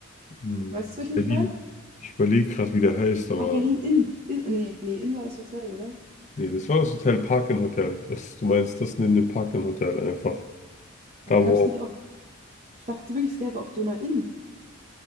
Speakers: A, on the left (about 35°); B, on the right (about 35°).
A: hm,
B: Weißt du, was ich nicht
A: Berlin.
B: meine?
A: Ich überlege gerade, wie der heißt, aber
B: Ah, Berlin Inn. In, nee, nee, Inn war das Hotel, oder?
A: nee, das war das Hotel Park Hotel. Das, du meinst das neben dem Park Hotel einfach.
B: Aber
A: Da,
B: gab
A: wo
B: es nicht auch. Ich dachte wirklich, es gäbe auch Döner Inn.